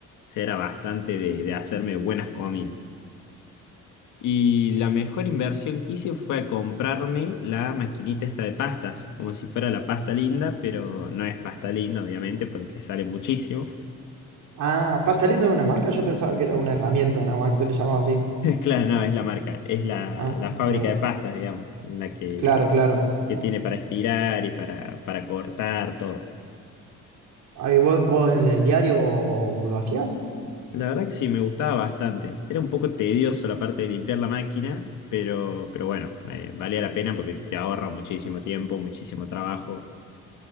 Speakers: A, on the left; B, on the right.
A: O sea, era bastante de, de hacerme buenas comidas. Y la mejor inversión que hice fue comprarme la maquinita esta de pastas, como si fuera la pasta linda, pero no es pasta linda obviamente porque sale muchísimo.
B: Ah, pasta linda es una marca, yo pensaba que era una herramienta nada más que se le llamaba así.
A: <laughs> Claro, no, es la marca, es la,
B: Ah,
A: la fábrica
B: mira vos.
A: de pastas, digamos, en la que,
B: Claro, claro.
A: que tiene para estirar y para, para cortar todo.
B: Ahí vos, vos en el diario lo hacías?
A: La verdad que sí, me gustaba bastante. Era un poco tedioso la parte de limpiar la máquina, pero, pero bueno, eh, valía la pena porque te ahorra muchísimo tiempo, muchísimo trabajo.